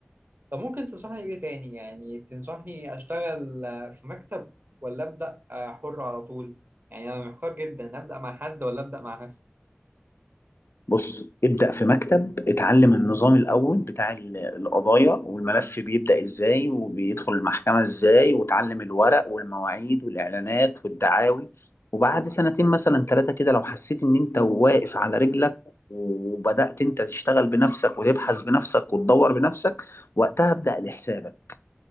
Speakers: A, on the right; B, on the left.
A: طب ممكن تنصحني بايه تاني يعني تنصحني اشتغل آه، في مكتب ولا ابدا آه، حر على طول يعني انا محتار جدا ابدا مع حد ولا ابدا مع نفسي
B: بص ابدأ في مكتب اتعلم النظام الأول بتاع ال- القضايا والملف بيبدأ ازاي وبيدخل المحكمة ازاي وتعلم الورق والمواعيد والإعلانات والدعاوي وبعد سنتين مثلا ثلاثة كده لو حسيت إن أنت واقف على رجلك وبدأت أنت تشتغل بنفسك وتبحث بنفسك وتدور بنفسك وقتها ابدأ لحسابك